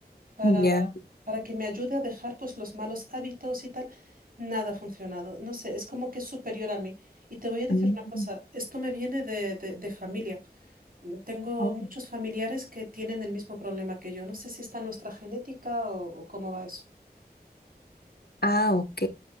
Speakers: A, on the right; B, on the left.
A: para,
B: ya.
A: para que me ayude a dejar pues los malos hábitos y tal, nada ha funcionado. No sé, es como que es superior a mí. Y te voy a decir
B: Mm.
A: una cosa, esto me viene de, de, de familia. Mm, Tengo
B: Oh.
A: muchos familiares que tienen el mismo problema que yo. No sé si está en nuestra genética o, o cómo va eso.
B: Ah, ok.